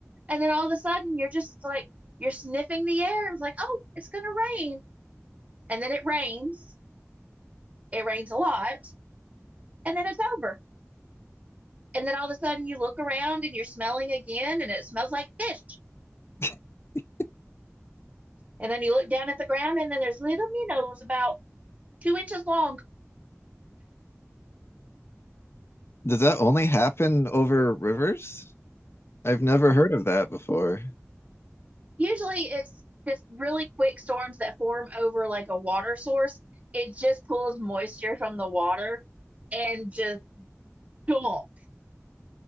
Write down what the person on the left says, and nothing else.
<laughs>
Does that only happen over rivers? I've never heard of that before.